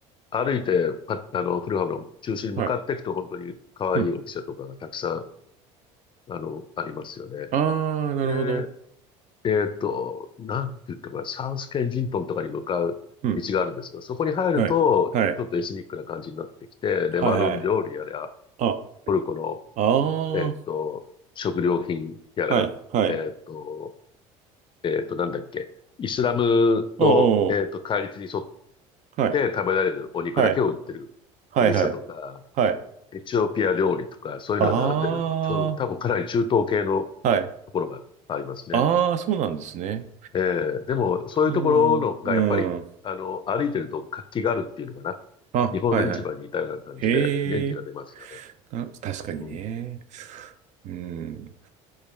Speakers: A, on the left; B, on the right.
A: 歩いてパあのフルハムの中心に向かっていくと本当に可愛いお店とかがたくさん
B: はい。うん。
A: あのありますよね。
B: ああ、なるほど。
A: で、えっと、なんて言ったかな、サウスケンジントンとかに向かう道があるんですがそこに入るとちょっとエスニックな感じになってきて、
B: うん。はい。はい。はいはい。
A: レバノン料理やら、
B: あ、
A: トルコの、
B: ああ、
A: えっと、食料品やら、
B: はい。はい。
A: えっと、えっと、なんだっけ、イスラムの、
B: おうおう。
A: えっと、戒律に沿っ
B: はい。
A: て食べられるお肉だけを売ってるお店とか、
B: はい。はいはい。はい。
A: エチオピア料理とか、そういうのは並んでる。
B: ああ、
A: ちょ、多分かなり中東系の
B: はい。
A: ところがありますね。
B: ああ、そうなんですね。
A: えーでも、そういうところのがやっぱり、
B: うん。うん。
A: あの、歩いてると活気があるっていうのかな。
B: あ、
A: 日本の市場にいたような感じで元気が出ますよね。
B: はいはい。へえ。あ、確かにね。
A: うん。
B: うん。